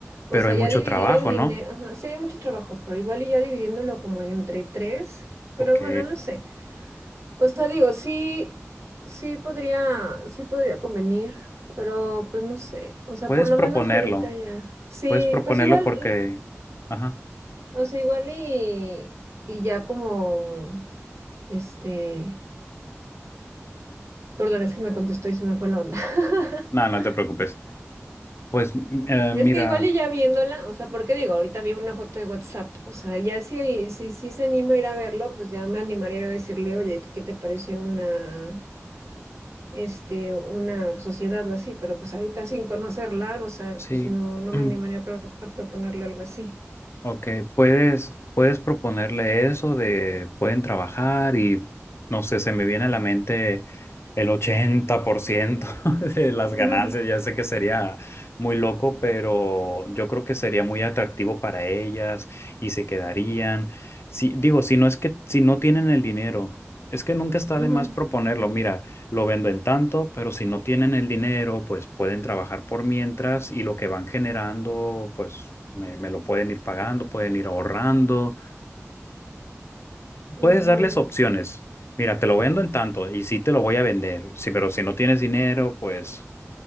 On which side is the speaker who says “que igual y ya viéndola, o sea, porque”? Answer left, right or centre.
Right